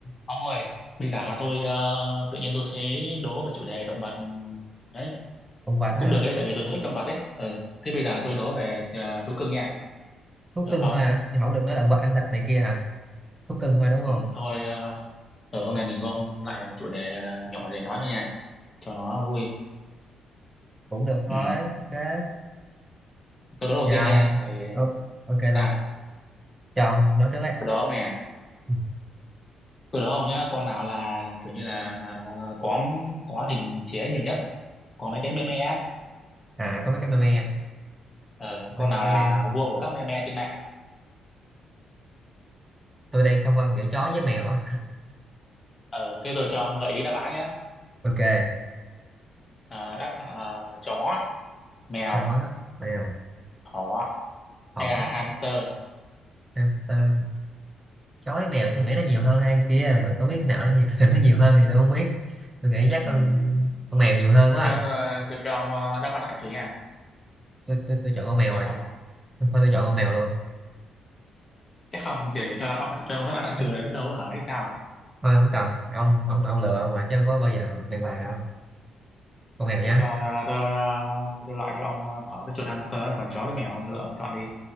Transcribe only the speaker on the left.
Ông ơi, bây giờ tôi ờ, tự nhiên tôi thấy đố về chủ đề động vật đấy
cũng
được ấy tại vì tôi thích động vật đấy. Ừ. Thế bây giờ tôi đố về ờ, thú cưng nha,
được
không?
Ừ, thôi, ờ, ở hôm nay mình gom lại một chủ đề ờ, nhỏ để nói thôi nha, cho nó vui.
Ừ.
Tôi đố đầu
tiên nha, tại vì
tại
sao?
Tôi đố ông nè,
tôi đố ông nhá, con nào là kiểu như là ờ, có có hình chế nhiều nhất, có mấy cái meme. á.
Ờ,
con nào là
vua của các meme trên mạng.
Ờ, thế tôi cho ông gợi ý đáp án nhé.
Ờ, đáp ờ, chó mèo
thỏ
hay là hamster
Ừm,
thế cho
tôi, tôi cho ông ờ, đáp án lại trừ nha
được
không
chắc không để cho là- cho ông đáp án lại trừ
này biết đâu hả hay sao
tôi cho ờ, tôi ờ, tôi loại cho ông ờ, thỏ với chuột hamster còn chó với mèo ông lựa ông chọn đi